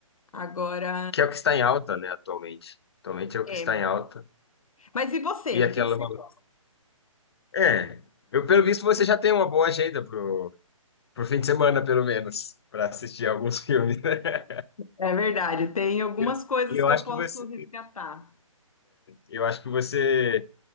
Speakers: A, on the left; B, on the left.
A: Agora,
B: Que é o que está em alta, né, atualmente. Atualmente é o
A: é.
B: que está em alta.
A: Mas e você?
B: E
A: Do
B: aquela.
A: que que você gosta?
B: É, eu pelo visto você já tem uma boa agenda pro, pro fim de semana, pelo menos, para assistir alguns <laughs> filmes, né?
A: É verdade, tem algumas
B: Eu-
A: coisas
B: E eu
A: que
B: acho
A: eu posso
B: que você,
A: resgatar.
B: eu acho que você,